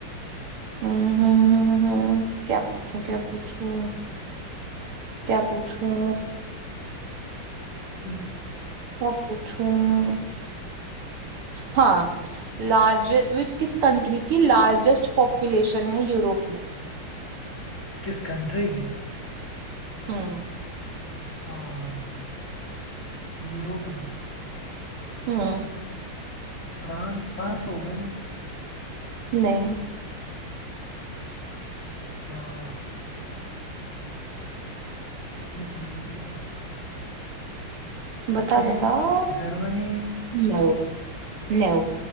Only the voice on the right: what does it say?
हम्म, हम्म, हम्म, हम्म, हम्म, हम्म। क्या पूछूं क्या पूछूं क्या पूछूं
क्या पूछूं हाँ लार्ज विच किस कंट्री की लार्जेस्ट पॉपुलेशन है यूरोप में
हम्म
हम्म
नहीं
बता
बताओ
नो नो